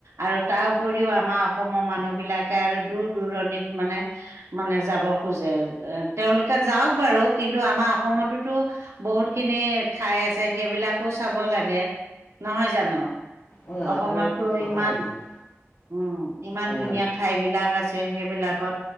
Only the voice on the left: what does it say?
অ
একেবাৰে ঠিক কথা
কৈছা হয়
হয়